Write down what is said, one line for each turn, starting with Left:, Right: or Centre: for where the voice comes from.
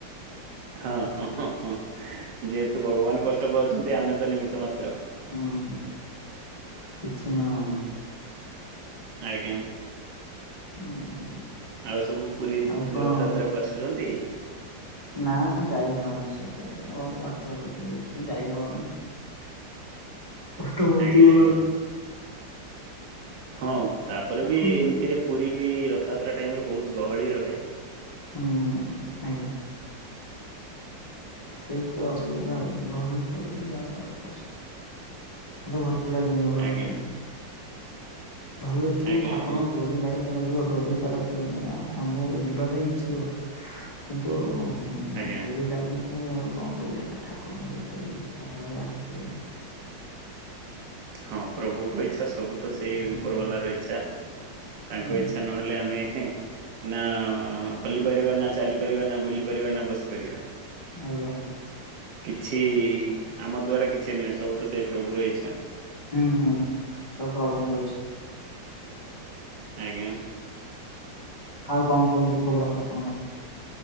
Right: ହଁ ହଁ ହଁ ହଁ ଯେହେତୁ ଭଗବାନ କଷ୍ଟ ପାଉଛନ୍ତି ଆମେ ତ ନିମିତ୍ ମାତ୍ର।
Left: ହୁଁ ହୁଁ କିଛି ନୁହେଁ ଆମେ
Right: ଆଜ୍ଞା
Left: ହୁଁ
Right: ଆଉ ସବୁ ପୁରୀ
Left: ଆଉ କଣ
Right: ରଥଯାତ୍ରା କୁ ଆସୁ ଆସୁଛନ୍ତି।
Left: ନା ଯାଇ ହବନି ସେ ବହୁତ ବାଟ ହେଇଯାଉଚି ଯାଇ ହବନି। କଷ୍ଟ ବହୁତୁ
Right: ଆଜ୍ଞା
Left: ଭଲ
Right: ଆଜ୍ଞା।
Left: ବି।
Right: ହଁ ତାପରେ
Left: ଠାକୁର।
Right: ବି ଏମିତିରେ ପୁରୀ ବି ରଥଯାତ୍ରା ଟାଇମରେ ବହୁତ ଗହଳି ରହେ।
Left: ହୁଁ ଆଜ୍ଞା। ସେଇ ତ ଅସୁବିଧା ଗହଳି ଫହଳି ଜାଗା ତ ମତେ ଭଲ ଲାଗେନି ଗହଳି
Right: ଆଜ୍ଞା
Left: ଫହଳି ଭଲ
Right: ଆଜ୍ଞା
Left: ଠାକୁରଙ୍କୁ
Right: ଆଜ୍ଞା।
Left: ଡୋରି ଲାଗେ ହେ ନ ଯିବ ଡୋରି ତା ଲାଗିବନି ଆ ଆମ ଯିବା ପାଇଁ ଇଚ୍ଛୁକ କିନ୍ତୁ ହଁ
Right: ଆଜ୍ଞା
Left: ଡୋରି ଲାଗିବନି ଆଉ କଣ କରିବା ଠାକୁରଙ୍କ ଯେତେବେଳେ ଇଚ୍ଛା ହବ ଡାକିବେ ଆଉ
Right: ହଁ ପ୍ରଭୁଙ୍କ ଇଚ୍ଛା ସବୁ ତ ସେଇ
Left: ହୁଁ।
Right: ଉପର ବାଲାର ଇଚ୍ଛା ତାଙ୍କ
Left: ହୁଁ
Right: ଇଚ୍ଛା ନହେଲେ ଆମେ ନା ହଲିପାରିବା ନା ଚାଲିପାରିବା ନା ବୁଲି ପାରିବା ନା ବସିପାରିବା।
Left: ଆଜ୍ଞା।
Right: କିଛି ଆମ ଦ୍ଵାରା କିଛି ନୁହେଁ ସବୁ ତ ସେଇ ପ୍ରଭୁର ଇଚ୍ଛା।
Left: ହୁଁ ହୁଁ ହୁଁ ସବୁ ପ୍ରଭୁଙ୍କ ଇଛା।
Right: ଆଜ୍ଞା।
Left: ଆଉ କଣ କୁହନ୍ତୁ ଖବର ସବୁ ଆପଣଙ୍କର?